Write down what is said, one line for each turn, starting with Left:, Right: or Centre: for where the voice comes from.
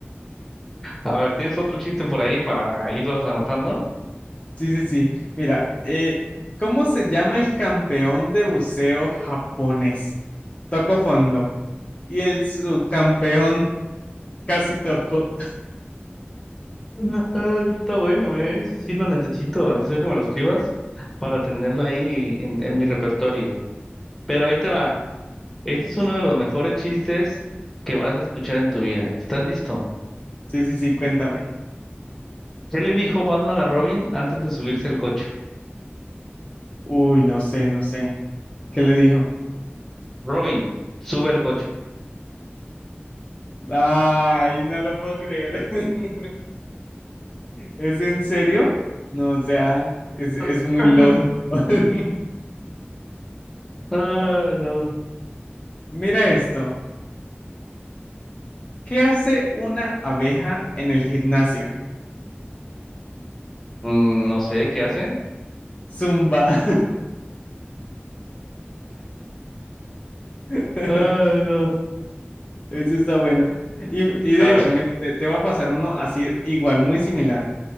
Centre: A ver, ¿tienes otro chiste por ahí para irlos anotando?
Left: Sí, sí, sí. Mira, eh, ¿cómo se llama el campeón de buceo japonés? Toco fondo. Y el subcampeón casi toco.
Centre: Ah, ese está bueno, ¿eh? Ese sí lo necesito. Necesito que me lo escribas para tenerlo ahí en, en mi repertorio. Pero ahí te va. Este es uno de los mejores chistes que vas a escuchar en tu vida. ¿Estás listo?
Left: Sí, sí, sí, cuéntame.
Centre: ¿Qué le dijo Batman a Robin antes de subirse al coche?
Left: Uy, no sé, no sé. ¿Qué le dijo?
Centre: Robin, sube al coche.
Left: Ay, no lo puedo creer. <laughs> ¿Es en serio? No, o sea, es, es
Centre: <laughs>
Left: muy lógico. <laughs>
Centre: Ay, no.
Left: Mira esto. ¿Qué hace una abeja en el gimnasio?
Centre: Mm, no sé, ¿qué hace?
Left: Zumba. <laughs>
Centre: Ay, no.
Left: Eso está bueno. Y, y de
Centre: A
Left: hecho,
Centre: ver.
Left: mira, te, te va a pasar uno así igual, muy similar.